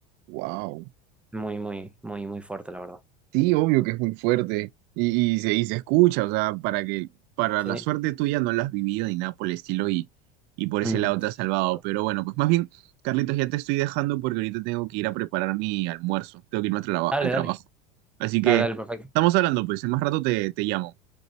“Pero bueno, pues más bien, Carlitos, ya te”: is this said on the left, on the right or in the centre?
Right